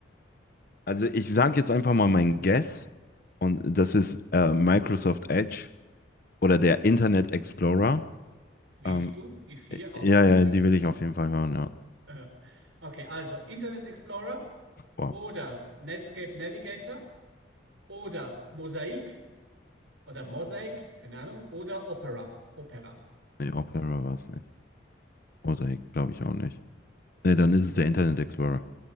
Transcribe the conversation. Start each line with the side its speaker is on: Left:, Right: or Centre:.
Left: Also ich sage jetzt einfach mal mein Guess und das ist äh, Microsoft Edge oder der Internet Explorer.
Right: Willst
Left: Ähm,
Right: du die vier Auswahlmöglichkeiten?
Left: ja, ja, die will ich auf jeden Fall hören, ja.
Right: <laughs> Okay, also Internet Explorer
Left: Wow.
Right: oder Netscape Navigator oder Mosaic oder Mosaic, keine Ahnung, oder Opera. Opera.
Left: Nee, Opera war es nicht. Mosaic glaube ich auch nicht. Nee, dann ist es der Internet Explorer.